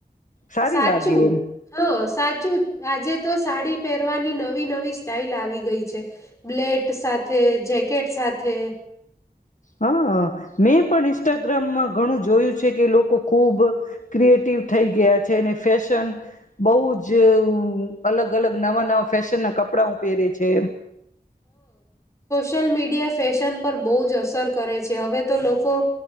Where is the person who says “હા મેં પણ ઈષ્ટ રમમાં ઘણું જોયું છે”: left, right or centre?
Left